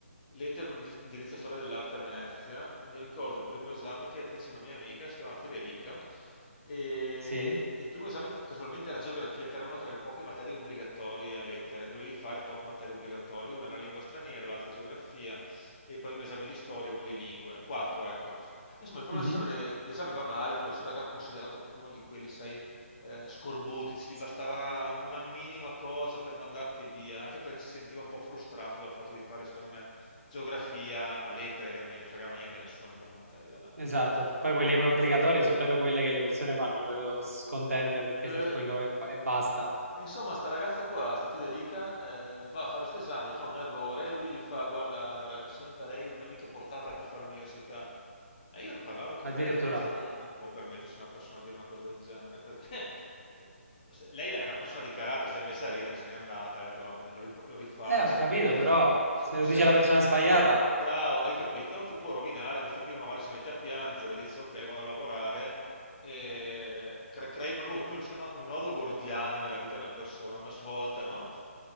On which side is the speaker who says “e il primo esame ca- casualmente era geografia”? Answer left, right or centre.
Left